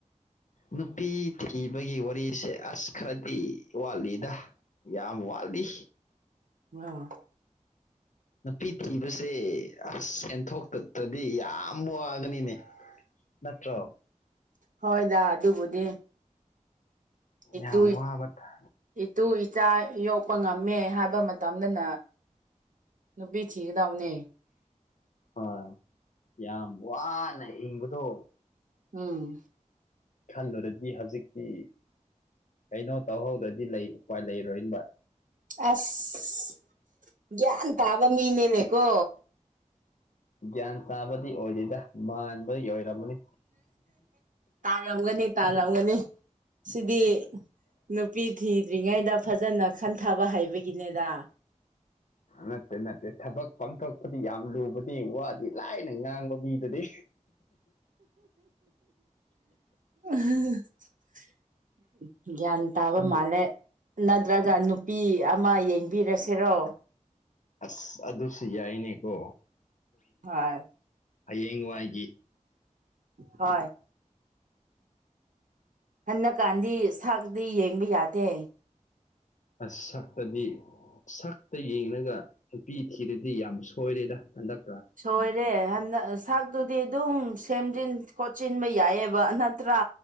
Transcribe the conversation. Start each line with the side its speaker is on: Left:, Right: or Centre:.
Left: ꯅꯨꯄꯤ ꯊꯤꯕꯒꯤ ꯋꯥꯔꯤꯁꯦ ꯑꯁ ꯈꯔꯗꯤ ꯋꯥꯠꯂꯤꯗ ꯌꯥꯝ ꯋꯥꯜꯗꯤ
Right: ꯑ
Left: ꯅꯨꯄꯤ ꯊꯤꯕꯁꯦ ꯑꯁ ꯁꯦꯟꯊꯣꯛꯇꯇ꯭ꯔꯗꯤ ꯌꯥꯝ ꯋꯥꯒꯅꯤꯅꯦ ꯅꯠꯇ꯭ꯔ
Right: ꯍꯣꯏꯗꯥ ꯑꯗꯨꯕꯨꯗꯤ ꯏ
Left: ꯌꯥꯝ
Right: ꯇ
Left: ꯋꯥꯕ ꯊ-
Right: ꯏ ꯇ ꯆꯥ ꯌꯣꯛꯄ ꯉꯝꯃꯦ ꯍꯥꯏꯕ ꯃꯇꯝꯗꯅ ꯅꯨꯄꯤ ꯆꯤꯗꯎꯅꯦ
Left: ꯍꯣꯢ ꯌꯥꯝ ꯋꯥꯅ ꯍꯤꯡꯕꯗꯣ
Right: ꯎꯝ
Left: ꯈꯟꯂꯨꯔꯗꯤ ꯍꯧꯖꯤꯛꯇꯤ ꯀꯩꯅꯣ ꯇꯧꯍꯧꯗ꯭ꯔꯗꯤ ꯂꯩ ꯎꯄꯥꯢ ꯂꯩꯔꯣꯏꯕ
Right: ꯑꯁ ꯒ꯭ꯌꯥꯟ ꯇꯥꯕ ꯃꯤꯅꯦꯅꯦꯀꯣ
Left: ꯒꯌ꯭ꯥꯟ ꯆꯥꯕꯗꯤ ꯑꯣꯏꯗꯣꯏꯗ ꯃꯥꯟꯕꯗꯤ ꯑꯣꯏꯔꯝꯃꯅꯤ
Right: ꯇꯥꯔꯝꯒꯅꯤ ꯇꯥꯔꯝꯒꯅꯤ ꯁꯤꯗꯤ ꯅꯨꯄꯤ ꯊꯤꯗ꯭ꯔꯤꯉꯩꯗ ꯐꯖꯅ ꯈꯟꯊꯕ ꯍꯥꯏꯕꯒꯤꯅꯦꯗ
Left: ꯅꯠꯇꯦ ꯅꯠꯇꯦ ꯊꯕꯛ ꯄꯥꯡꯊꯣꯛꯄꯗꯤ ꯌꯥꯝ ꯂꯨꯕꯗꯤ ꯋꯥꯗꯤ ꯂꯥꯏꯅ ꯉꯥꯡꯕ ꯃꯤꯗꯗꯤ
Right: <inaudible> ꯒ꯭ꯌꯥꯟ ꯇꯥꯕ
Left: ꯑꯗꯨ
Right: ꯃꯥꯜꯂꯦ ꯅꯠꯇ꯭ꯔꯒ ꯅꯨꯄꯤ ꯑꯃ ꯌꯦꯡ ꯕꯤꯔꯁꯤꯔꯣ
Left: ꯑꯁ ꯑꯗꯨ ꯑꯗꯨꯁꯨ ꯌꯥꯏꯅꯤ ꯀꯣ
Right: ꯍꯣꯏ
Left: ꯇ ꯍꯤꯡꯋꯥꯏꯒꯤ
Right: ꯍꯣꯏ ꯍꯟꯅꯛ ꯀꯥꯟꯗꯤ ꯁꯥꯛꯗꯤ ꯌꯦꯡꯕ ꯌꯥꯗꯦ
Left: ꯑꯁꯛꯇꯗꯤ ꯁꯛꯇ ꯌꯦꯡꯉꯒ ꯅꯨꯄꯤ ꯊꯤꯗꯗꯤ ꯌꯥꯝ ꯁꯣꯏꯔꯦꯗ ꯍꯟꯗꯛ
Right: ꯁꯣꯏꯔꯦ ꯍꯟꯗꯛ ꯁꯛ ꯑꯗꯨꯗꯤ ꯑꯗꯨꯝ ꯁꯦꯝꯖꯤꯟ ꯈꯣꯠꯆꯤꯟꯕ ꯌꯥꯏꯑꯕ ꯅꯠꯇ꯭ꯔꯥ